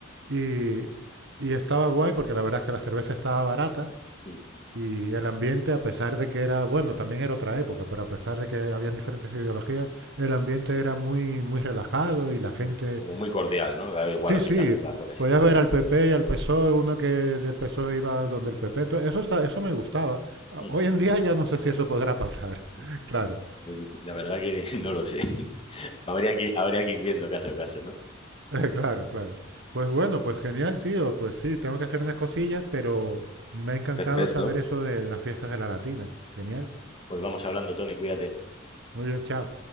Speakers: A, on the right; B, on the left.
A: Y, y estaba guay porque la verdad es que la cerveza estaba barata
B: mm,
A: y el ambiente, a pesar de que era, bueno, también era otra época, pero a pesar de que habían diferentes ideologías, el ambiente era muy, muy relajado y la gente,
B: mm. Como muy cordial, ¿no? Da igual
A: sí,
B: a
A: sí,
B: qué caseta afuera
A: podías
B: y tal.
A: ver al PP y al PSOE, uno que del PSOE iba donde el PP, entonces eso está, eso me gustaba. A-
B: Mm,
A: Hoy en día ya no sé si eso podrá pasar,
B: mm.
A: <laughs> claro,
B: Pues La verdad que <laughs> no lo sé. Habría que, habría que ir viendo caso a caso, ¿no?
A: <laughs> Claro, claro. Pues bueno, pues genial, tío. Pues sí, tengo que hacer unas cosillas, pero me ha encantado
B: Perfecto.
A: saber eso de, de las fiestas de la Latina. Genial.
B: Pues vamos hablando, Tony, cuídate.
A: Muy bien, chao.